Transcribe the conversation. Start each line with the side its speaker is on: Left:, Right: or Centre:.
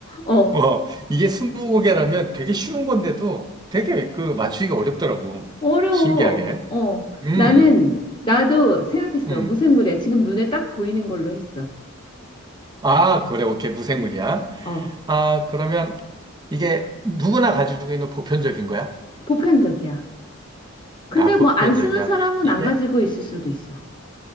Left: 어,
Right: 뭐, 이게 스무 곡이라면 되게 쉬운 건데도 되게 그 맞추기가 어렵더라고.
Left: 어려워.
Right: 신기하게.
Left: 어,
Right: 음,
Left: 나는, 나도 생각했어.
Right: 음.
Left: 무생물이야. 지금 눈에 딱 보이는 걸로 했어.
Right: 아, 그래, 오케이. 무생물이야.
Left: 어,
Right: 아, 그러면 이게 누구나 가지고 있는 보편적인 거야?
Left: 보편적이야. 근데
Right: 아, 보편적이야.
Left: 뭐 안 쓰는 사람은
Right: 이게,
Left: 안 가지고 있을 수도 있어.